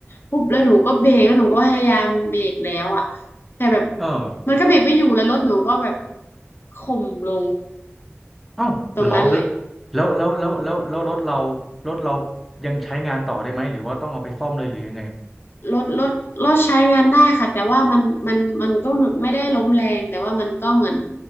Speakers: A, on the left; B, in the centre.
A: ปุ๊บแล้วหนูก็เบรกแล้วหนูก็พยายามเบรกแล้วอ่ะแต่แบบ
B: เออ
A: มันก็เบรกไม่อยู่แล้วรถหนูก็แบบข่มลง
B: เอ้าเหรอแล้
A: ตรงนั้นเลย
B: วแล้วแล้วแล้วแล้วรถเรารถเรายังใช้งานต่อได้ไหมหรือว่าต้องเอาไปซ่อมเลยหรือยังไง
A: รถรถรถใช้งานได้ค่ะแต่ว่ามันมันมันก็ไม่ได้ล้มแรงแต่ว่ามันก็เหมือน